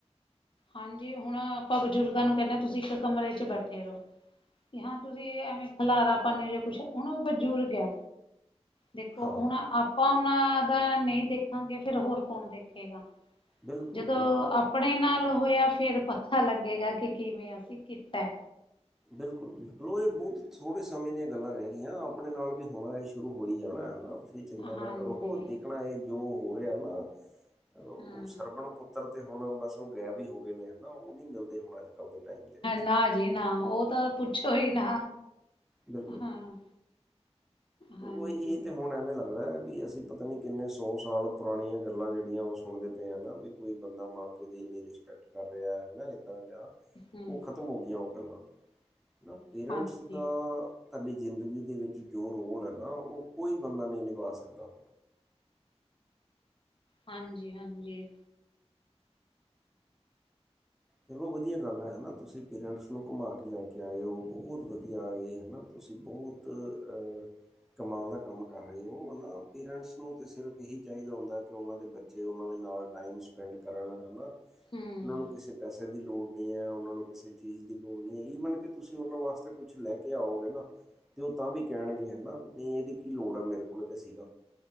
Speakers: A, on the left; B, in the centre.
A: ਹਾਂਜੀ ਹੁਣ ਆਪਾਂ ਬਜ਼ੁਰਗਾਂ ਨੂੰ ਕੈਨੇ ਆ, ਤੁਸੀਂ ਇੱਕ ਕਮਰੇ ਚ ਬੈਠੇ ਰਹੋ। ਕਿ ਹਾਂ ਤੁਸੀਂ ਐਵੇਂ ਖਿਲਾਰਾ ਪਾਂਨੇ ਜੇ ਕੁਛ ਹੁਨ ਉ ਬਜ਼ੁਰਗ ਐ ਦੇਖੋ
B: ਹਾਂ
A: ਹੁਣ ਆਪਾਂ ਉਨਾਂ ਦਾ ਨਈ ਦੇਖਾਂਗੇ ਫੇਰ ਹੋਰ ਕੌਣ ਦੇਖੇਗਾ।
B: ਬਿਲਕੁਲ
A: ਜਦੋਂ
B: ਬਿਲਕੁਲ ਬਿਲਕੁਲ
A: ਆਪਣੇ ਨਾਲ ਹੋਇਆ ਫੇਰ ਪਤਾ ਲੱਗੇਗਾ ਕਿ ਕਿਵੇਂ ਅਸੀਂ ਕੀਤੈ।
B: ਬਿਲਕੁਲ-ਬਿਲਕੁਲ ਇਹ ਬਹੁਤ ਥੋੜੇ ਸਮੇਂ ਦੀਆਂ ਗੱਲਾਂ ਰੈ ਗਈਆਂ, ਆਪਣੇ ਨਾਲ ਵੀ ਹੋਣਾ ਏ ਸ਼ੁਰੂ ਹੋ ਈ ਜਾਣਾ ਹਨਾ। ਚਿੰਤਾ ਨਾ
A: ਹਾਂਜੀ
B: ਕਰੋ ਦੇਖਣਾ ਐ ਏ ਜੋ ਹੋ ਰਿਹਾ ਨਾ ਉ
A: ਹਾਂ
B: ਸਰਬਣ ਪੁੱਤ ਪੱਤਰ ਤੇ ਹੁਣ ਬਸ ਉ ਗੈਬ ਈ ਹੋ ਗਏ ਨੇ ਹਨਾ, ਉ ਨੀ ਮਿਲਦੇ ਹੁਣ ਅੱਜ ਕੱਲ੍ਹ ਦੇ ਟਾਈਮ ਦੇ ਵਿੱਚ
A: ਨਾ ਜੀ ਨਾ ਉ ਤਾਂ ਪੁੱਛੋ ਈ ਨਾ
B: ਬਿਲਕੁਲ
A: ਹਾਂ ਹਾਂਜੀ
B: ਉ ਏ ਤਾਂ ਹੁਣ ਐਵੇਂ ਲੱਗਦਾ ਐ ਵੀ ਅਸੀਂ ਪਤਾ ਨੀ ਕਿੰਨੇ ਸੌ ਸਾਲ ਪੁਰਾਣੀਆਂ ਗੱਲਾਂ ਜੇੜੀਆਂ ਓ ਸੁਣਦੇ ਪਏ ਆ ਨਾ ਵੀ ਕੋਈ ਬੰਦਾ ਮਾਂ-ਪਿਓ ਦੀ ਇੰਨੀ ਰਿਸਪੈਕਟ ਕਰ ਰੈਆ ਹੈਨਾ ਏਦਾਂ ਜਾਂ,
A: ਹਮ
B: ਓ ਖਤਮ ਹੋ ਗਈਆਂ ਓ ਗੱਲਾਂ, ਹੈਨਾ ਪੇਰੈਂਟਸ
A: ਹਾਂਜੀ
B: ਤਾਂ ਤਾਡੀ ਜ਼ਿੰਦਗੀ ਦੇ ਵਿੱਚ ਜੋ ਰੋਲ ਐ ਨਾ ਓ ਕੋਈ ਬੰਦਾ ਨਈ ਨਿਭਾ ਸਕਦਾ।
A: ਹਾਂਜੀ-ਹਾਂਜੀ।
B: ਚਲੋ ਵਧੀਆ ਗੱਲ ਹੈਨਾ ਤੁਸੀਂ ਪੇਰੈਂਟਸ ਨੂੰ ਘੁੰਮਾ ਕੇ ਲੈ ਕੇ ਆਏ ਓ ਬੋਤ ਵਧੀਆ ਏ ਹੈਨਾ ਤੁਸੀਂ ਬੋਤ ਤ ਅ ਕਮਾਲ ਦਾ ਕੰਮ ਕਰ ਰਹੇ ਓ। ਹੈਨਾ ਪੇਰੈਂਟਸ ਨੂੰ ਤੇ ਸਿਰਫ ਏਹੀ ਚਾਈਦਾ ਹੁੰਦਾ ਕਿ ਓਨਾਂ ਦੇ ਬੱਚੇ ਕਿ ਓਨਾਂ ਦੇ ਨਾਲ ਟਾਈਮ ਸਪੈਂਡ ਕਰਨ ਹਨਾ।
A: ਹਮ
B: ਓਨਾਂ ਨੂੰ ਕਿਸੇ ਕਿਸੇ ਦੀ ਲੋੜ ਨੀ ਐ ਓਨਾਂ ਨੂੰ ਕਿਸੇ ਚੀਜ਼ ਦੀ ਲੋੜ ਨੀ ਐ ਈਵਨ ਕਿ ਤੁਸੀਂ ਓਨਾਂ ਵਾਸਤੇ ਕੁਛ ਲੈ ਕੇ ਆਓਗੇ ਨਾ ਤੇ ਓ ਤਾਂ ਵੀ ਕਹਿਣਗੇ ਹਨਾ ਵੀ ਨਈ ਏਦੀ ਕੀ ਲੋੜ ਆ ਮੇਰੇ ਕੋਲ ਤਾਂ ਸੀਗਾ।